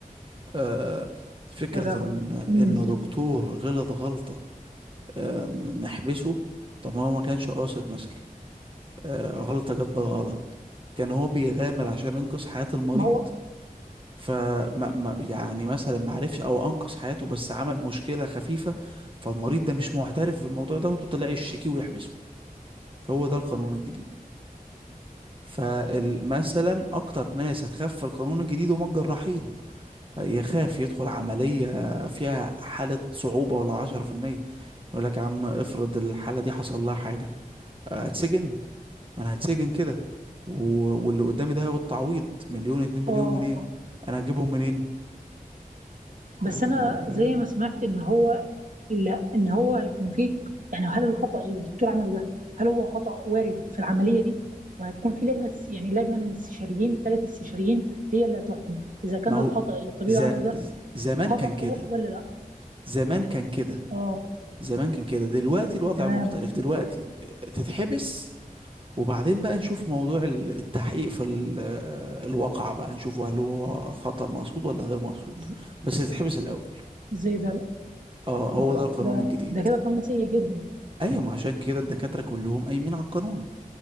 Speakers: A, on the right; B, on the right.
A: آه فكرة
B: ولا هو
A: ان
B: مم.
A: ان دكتور غلط غلطة آه نحبسه طب ما هو ما كانش قاصد مثلا آه، غلطة جت بالغلط كان هو بيغامر عشان ينقذ حياة المريض
B: ما هو
A: فما ما يعني مثلا ما عرفش او انقذ حياته بس عمل مشكلة خفيفة فالمريض ده مش معترف بالموضوع ده وطلع يشتكي ويحبسه هو ده القانون الجديد فمثلا اكتر ناس هتخاف في القانون الجديد هم الجراحين يخاف يدخل عملية فيها حالة صعوبة ولا عشرة في المية يقول لك يا عم افرض الحالة دي حصل لها حاجة آه، اتسجن ما انا هتسجن كده و... واللي قدامي ده هياخد تعويض مليون اتنين مليون
B: اه
A: جنيه انا هجيبهم منين
B: بس
A: انت
B: انا
A: فاهم
B: زي ما سمعت ان هو لا ان هو هيكون فيه يعني هل الخطأ اللي الدكتور عمله ده هل هو خطأ وارد في العمليه دي وهتكون في لجنه س- يعني لجنه من استشاريين ثلاث استشاريين هي اللي هتحكم اذا كان
A: ما هو
B: الخطأ اللي الطبيب
A: ز...
B: عمله ده
A: ز- زمان
B: خطأ
A: كان كده
B: وارد ولا لا
A: زمان كان كده
B: اه
A: زمان كان كده دلوقتي الوضع
B: تمام
A: مختلف دلوقتي تتحبس وبعدين بقى نشوف موضوع ال- التحقيق في ال- الواقع بقى نشوف هل هو خطأ مقصود ولا غير مقصود
B: ز-
A: بس تتحبس الأول
B: زي ده
A: اه هو
B: ده ك-
A: ده القانون
B: ده
A: الجديد
B: ده كده قانون سيء جدا
A: ايوه ما عشان كده الدكاترة كلهم قايمين على القانون